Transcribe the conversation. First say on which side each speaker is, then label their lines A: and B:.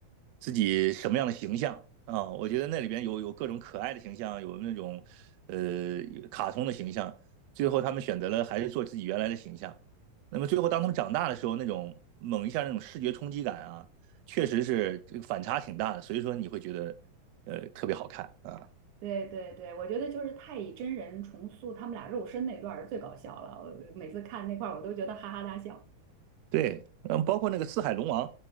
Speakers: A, on the right; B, on the right.
A: 自己什么样的形象啊，我觉得那里边有有各种可爱的形象，有那种呃卡通的形象。最后他们选择了还是做自己原来的形象。那么最后当他们长大的时候，那种猛一下那种视觉冲击感啊，确实是这个反差挺大的，所以说你会觉得呃特别好看啊。
B: 对对对，我觉得就是太乙真人重塑他们俩肉身那段儿最搞笑了，我每次看那块儿我都觉得哈哈大笑。
A: 对，嗯，包括那个《四海龙王》，